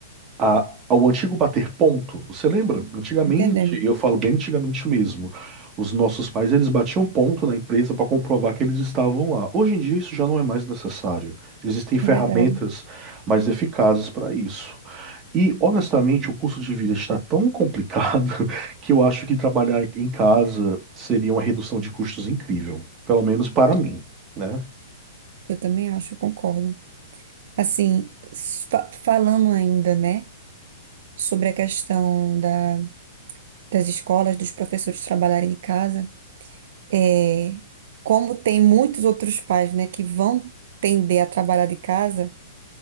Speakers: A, on the right; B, on the right.
A: a- ao antigo bater ponto. Você lembra? Antigamente,
B: Entendendo.
A: e eu falo bem antigamente mesmo, os nossos pais eles batiam ponto na empresa para comprovar que eles estavam lá. Hoje em dia isso já não é mais necessário. Existem ferramentas
B: É verdade.
A: mais eficazes para isso. E honestamente, o custo de vida está tão complicado <laughs> que eu acho que trabalhar em casa seria uma redução de custos incrível, pelo menos para mim, né?
B: Eu também acho, eu concordo. Assim, s- fa- falando ainda, né? sobre a questão da, das escolas, dos professores trabalharem de casa, é, como tem muitos outros pais, né, que vão tender a trabalhar de casa,